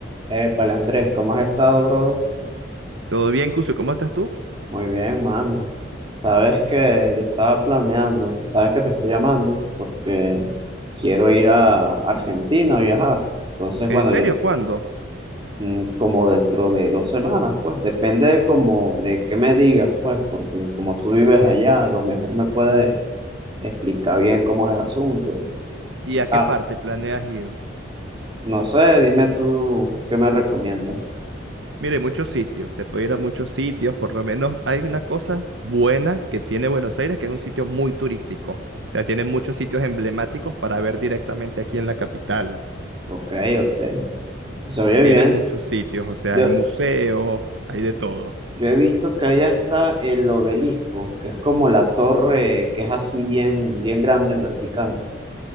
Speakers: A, on the right; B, on the right.
A: Épale, Andrés, ¿cómo has estado, brother?
B: Todo bien, Cuso, ¿cómo estás tú?
A: Muy bien, mano. Sabes que yo estaba planeando, sabes que te estoy llamando porque quiero ir a Argentina a viajar. Entonces,
B: ¿En
A: bueno,
B: serio?
A: yo
B: ¿Cuándo?
A: mm, como dentro de dos semanas, pues, depende como de qué me digas, pues, porque como tú vives allá, a lo mejor me puedes explicar bien cómo es el asunto.
B: ¿Y a
A: ah
B: qué parte planeas ir?
A: no sé, dime tú qué me recomiendas.
B: Mire, muchos sitios, se puede ir a muchos sitios, por lo menos hay una cosa buena que tiene Buenos Aires, que es un sitio muy turístico, o sea, tiene muchos sitios emblemáticos para ver directamente aquí en la capital,
A: Ok, ok. Se oye
B: tiene
A: bien.
B: muchos sitios, o sea,
A: Yo,
B: hay museos, hay de todo.
A: Yo he visto que allá está el obelisco, que es como la torre que es así bien, bien grande en vertical.